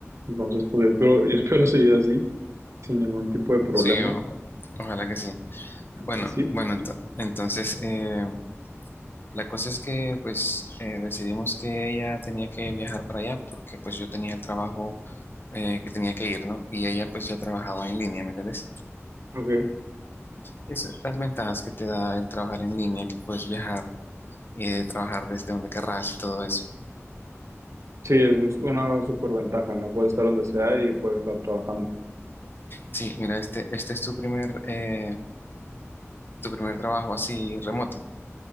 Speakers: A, on the right (about 70°); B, on the left (about 45°).
A: Entonces, pues yo espero, <laughs> yo espero seguir así, sin ningún tipo de problema.
B: Sí, o- ojalá que sí. Bueno,
A: Y sí,
B: bueno, ento- entonces eh, la cosa es que pues eh, decidimos que ella tenía que viajar para allá porque pues yo tenía el trabajo eh, que tenía que ir, ¿no? Y ella pues ya trabajaba en línea, ¿me entiendes?
A: ok.
B: Esas las ventajas que te da el trabajar en línea, que puedes viajar y trabajar desde donde querrás y todo eso.
A: Sí, eso es una super ventaja, ¿no? Puedes estar donde sea y puedes estar trabajando.
B: Sí, mira, este, este es tu primer, eh, tu primer trabajo así remoto.